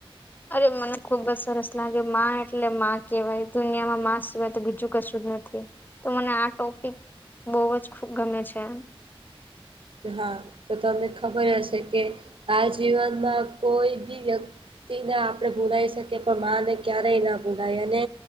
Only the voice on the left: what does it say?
અરે મને ખુબ જ સરસ લાગે માઁ એટલે માઁ હેવાય દુનિયામાં માઁ સિવાય તો બીજું કશું જ નથી. તો મને આ ટોપિક બહુ જ ગમે છે.